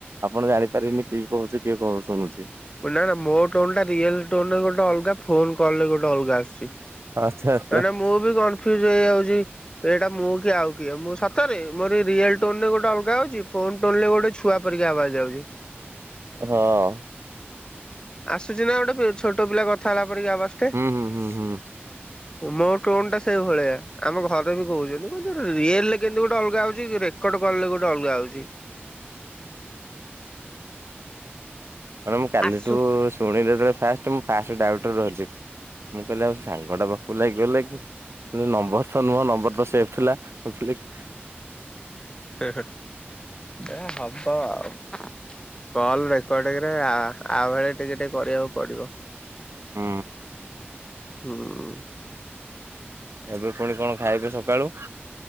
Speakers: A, on the right; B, on the left.
A: ଆପଣ ଜାଣିପାରିବେନି କିଏ କହୁଛି କିଏ କହୁଚ୍ ଶୁଣୁଚି।
B: ନା, ନା, ମୋ ଟୋନ୍ ଟା, ରିଅଲ୍ ଟୋନ୍ ରେ ଗୋଟେ ଅଲଗା। ଫୋନ୍ କଲ୍ ରେ ଗୋଟେ ଅଲଗା ଆସୁଛି।
A: ଆଚ୍ଛା ଆଚ୍ଛା।
B: ମାନେ, ମୁଁ ବି କନ୍ ଫ୍ୟୁଜ୍ ଏଇଯାଉଚି। ଏଇଟା ମୁଁ କି ଆଉ କିଏ? ମୁଁ, ସତରେ ମୋର ରିଅଲ୍ ଟୋନ୍ ରେ ଗୋଟେ ଅଲଗା ଆଉଛି, ଫୋନ୍ ଟୋନ୍ ଲେ ଗୋଟେ ଛୁ ଛୁଆ ପରିକା ଆବାଜ୍ ଆଉଚି।
A: ହଁ।
B: ଆସୁଛି ନା ଗୋଟେ ଛୋଟ ପିଲା କଥା ହେଲା ପରିକା ଆବାଜ୍ ଟେ?
A: ହୁଁ ହୁଁ ହୁଁ ହୁଁ
B: ମୋ ଟୋନ୍ ଟା ସେଇ ଭଳିଆ। ଆମ ଘରେ ବି କହୁଚନ୍ତି, କନ୍ତି ରିଏଲ୍ ରେ କେନ୍ତି ଗୋଟେ ଅଲଗା ଆଉଛି କିରେ? କଡ଼ କଲ୍ଲେ ଗୋଟେ ଅଲଗା ଆଉଛି।
A: ମାନେ ମୁଁ କାଲିଠୁ
B: ଆସୁ।
A: ଶୁଣିଲି ଯେତେବେଳେ ଫାଷ୍ଟ, ମୁଁ ଫାଷ୍ଟରୁ ଡାଉଟ୍ ରୁ ରହିଲି। ମୁଁ କହିଲି ଆଉ ସେ ସାଙ୍ଗଟା ପାଖକୁ ଲାଗିଗଲା କି? ନମ୍ବର ତ ନୁହଁ, ନମ୍ବର ତ ସେଫ୍ ଥିଲା। <unintelligible> ଲେ କି?
B: <unintelligible> ଯାହା ହବ ଆଉ। କଲ୍ ରେକର୍ଡିଂରେ, ଆ - ଆଭଳି ଟିକେ ଟିକେ କରିଆକୁ ପଡ଼ିବ।
A: ହୁଁ।
B: ହୁଁ।
A: ଏବେ ପୁଣି କଣ ଖାଇବେ ସକାଳୁ?